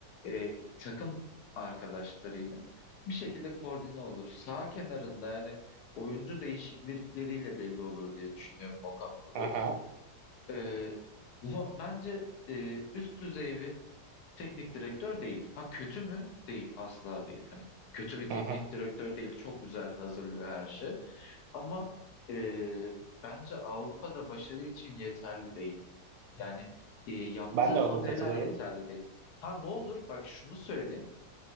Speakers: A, on the left; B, on the right.
A: e, takım arkadaşlarıyla bir şekilde koordine olur. Sağ kenarında yani oyuncu değişiklikleriyle belli olur diye düşünüyorum Okan Buruk.
B: Aha,
A: E, bu- bence e, üst düzey Teknik direktör değil. Ha kötü mü? Değil, asla değil. Hani kötü bir teknik
B: aha.
A: direktör değil. Çok güzel hazırlıyor her şey. Ama e, bence Avrupa'da başarı için yeterli değil. Yani e, yaptığı
B: Ben
A: hamleler
B: de ona katılıyorum.
A: yeterli değil. Ha ne olur bak şunu söyleyeyim.